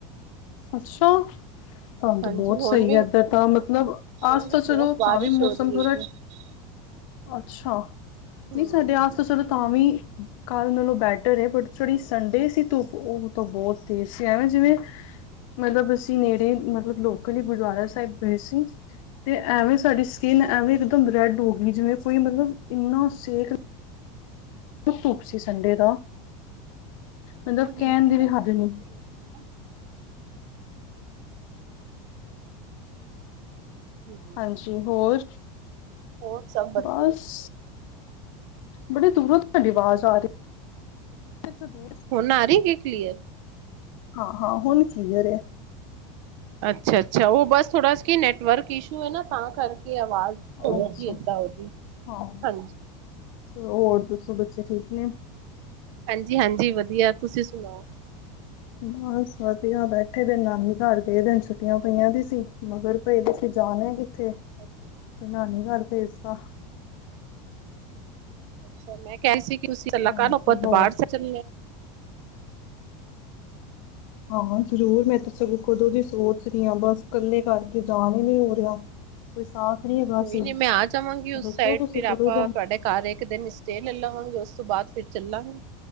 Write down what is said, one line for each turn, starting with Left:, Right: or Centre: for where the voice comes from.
Left: ਅੱਛਾ! ਤਾਂਨੂੰ ਤੋਂ
Right: ਹਾਂਜੀ
Left: ਬਹੁਤ
Right: ਹੁਣ
Left: ਸਹੀ
Right: ਵੀ
Left: ਐ ਇੱਧਰ ਤਾਂ ਮਤਲਬ
Right: ਹੁਣ
Left: ਆਜ
Right: ਵੀ
Left: ਤਾਂ
Right: ਬਹੁਤ
Left: ਚਲੋ
Right: ਬਾਰਿਸ਼
Left: ਤਾਂ ਵੀ ਮੌਸਮ
Right: ਹੋ ਰਹੀ
Left: ਥੋੜ੍ਹਾ
Right: <inaudible>
Left: ਅੱਛਾ
Right: ਹੂੰ
Left: ਨ੍ਹੀਂ ਸਾਡੇ ਆਸ ਤੇ ਚਲੋ ਤਾਂ ਵੀ ਕੱਲ੍ਹ ਮਲੋਂ ਬੈਟਰ ਐ ਬਟ ਜਿਹੜੀ ਸੰਡੇ ਸੀ ਧੁੱਪ ਉਹ ਤਾਂ ਬਹੁਤ ਤੇਜ਼ ਸੀ ਐਵੇਂ ਜਿਵੇਂ ਮਤਲਬ ਅਸੀਂ ਨੇੜੇ ਮਤਲਬ ਲੋਕਲੀ ਗੁਰਦੁਆਰਾ ਸਾਹਿਬ ਗਏ ਸੀ ਤੇ
Right: ਹਾਂਜੀ।
Left: ਐਵੇਂ ਸਾਡੀ ਕਿਨ ਐਵੇਂ, ਇੱਕ ਦਮ ਰੈਡ ਹੋਗਈ ਜਿਵੇਂ ਕੋਈ ਮਤਲਬ ਇੰਨਾ ਸੇਖ, ਧੁੱਪ ਸੀ ਸੰਡੇ ਦਾ, ਮਤਲਬ
Right: ਉਹ ਹੀਟ
Left: ਕਹਿਣ
Right: ਕਰਕੇ
Left: ਦੀ ਵੀ ਹੱਦ ਨ,
Right: ਹੋ ਰਹੀ ਹੈ।
Left: ਹਾਂਜੀ, ਹੋਰ
Right: ਹੋਰ ਸਭ ਵਧੀਆ
Left: ਬਸ, ਬੜੇ ਦੂਰੋਂ ਤੋਂ ਤੁਹਾਡੀ ਆਵਾਜ਼ ਆ ਰਹੀ ਦੂਰ,
Right: ਹੋਣ ਆਰਹੀ ਹੈ, ਕਲੀਅਰ।
Left: ਹਾਂ, ਹਾਂ ਹੁਣ ਕਲੀਅਰ ਹੈ,
Right: ਅੱਛਾ, ਅੱਛਾ ਉਹ ਬਸ ਥੋੜਾ ਨੈਟਵਰਕ ਇਸ਼ੂ ਹੈ ਨਾ, ਤਾਂ ਕਰਕੇ ਆਵਾਜ਼,
Left: ਅੱਛਾ
Right: ਜੀ ਏਦਾਂ ਹੋ, ਜੀ
Left: ਹਾਂ
Right: ਹਾਂਜੀ,
Left: ਹੋਰ ਦੱਸੋ, ਬੱਚੇ ਠੀਕ ਨੇ,
Right: ਹਾਂਜੀ, ਹਾਂਜੀ ਵਧੀਆ ਤੁਸੀਂ ਸੁਣਾਓ
Left: ਬਸ ਵਤੀਆ ਬੈਠੇ ਦਿਨ ਨਾਨੀ ਘਰ, ਗੇ ਦਿਨ ਛੁੱਟੀਆਂ ਪਈਆਂ ਦੀ ਸੀ ਮਗਰ, ਅਸੀੇ ਜਾਣੇ ਆ ਕਿੱਥੇ?
Right: ਅੱਛਾ <unintelligible>
Left: ਤੇ ਨਾਨੀ ਘਰ ਭੇਜਦਾ।
Right: ਅਛ, ਮੈਂ ਕਿਹ ਰ ਸੀ ਕਿ ਉਸ ਕੱਲਾਕਾਰ
Left: ਹਾਂਜੀ
Right: ਨੂੰ ਉੱਪਰ ਦਰਬਾਰ
Left: ਹੋਰ
Right: ਸੈਬ
Left: ਹਾਂ, ਜ਼ਰੂਰ ਮੈਂ ਤਾਂ ਸਗੋਂ ਕਦੋਂ ਦੀ ਸੋਚ ਰਹੀ ਹਾਂ, ਬਸ ਇਕੱਲੇ ਕਰਕੇ ਜਾਣ ਹੀ ਨਹੀਂ ਹੋ ਰਿਹਾ। ਕੋਈ ਸਾਥ ਨਹੀਂ ਹੈਗਾ
Right: ਕੋਈ
Left: ਸੀ,
Right: ਨੀ ਮੈਂ ਆ ਜਾਵਾਂਗੀ ਉਸ
Left: ਦੱਸੋ
Right: ਸਾਈਡ
Left: ਤੁਸੀਂ
Right: ਫਿਰ
Left: ਕਦੋ
Right: ਆਪਾਂ
Left: ਤੋਂ?
Right: ਤੁਹਾਡੇ ਘਰ ਇੱਕ ਦਿਨ ਸਟੇ ਲੈ ਲਵਾਂਗੇ, ਉਸ ਤੋਂ ਬਾਅਦ ਫਿਰ ਚੱਲਾਂਗੇ।